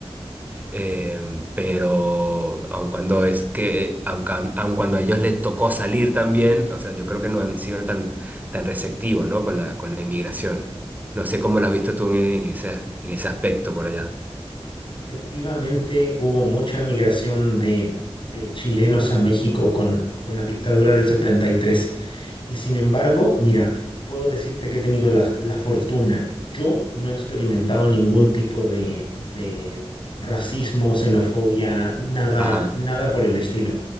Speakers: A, on the right; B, on the left.
A: Eh, pero aun cuando es que, aun, ca- aun cuando a ellos les tocó salir también, o sea, yo creo que no han sido tan, tan receptivos, ¿no? Con la, con la inmigración. No sé cómo lo has visto tú en, en ese, en ese aspecto por allá.
B: Efectivamente, hubo mucha migración de, de chilenos a México con, con la dictadura del setenta y tres Y sin embargo, mira, puedo decirte que he tenido la, la fortuna. Yo no he experimentado ningún tipo de, de racismo, xenofobia, nada,
A: Ajá.
B: nada por el estilo.